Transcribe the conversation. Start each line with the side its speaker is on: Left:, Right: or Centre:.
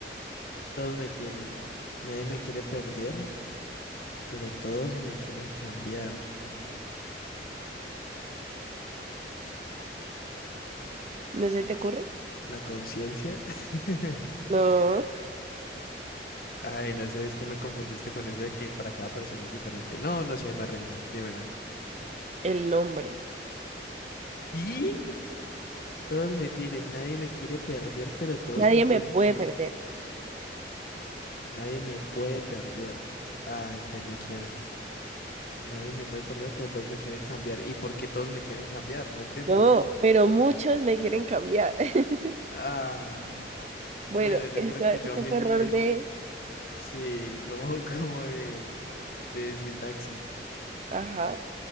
Left: Todos me tienen. Nadie me quiere perder, pero todos me quieren cambiar.
Right: ¿No se te ocurre?
Left: La conciencia. <laughs>
Right: No,
Left: Ay, no sé, es que me confundiste con eso de que para cada persona es diferente. No, no sé, me rindo. Dímela.
Right: el nombre.
Left: ¿Y? Todos me tienen, nadie me quiere perder, pero todos
Right: Nadie
Left: me quieren
Right: me puede
Left: cambiar.
Right: perder.
Left: Nadie me puede perder. Ah, entendí, quiere. Nadie me puede perder, pero todos me quieren cambiar. ¿Y por qué todos me quieren cambiar? No entiendo.
Right: No, pero muchos me quieren cambiar. <laughs>
Left: Ah,
Right: Bueno,
Left: bueno, yo
Right: este,
Left: creo que yo
Right: este
Left: mismo
Right: fue error
Left: me...
Right: de...
Left: Sí, como, <laughs> como de, de sintaxis.
Right: Ajá,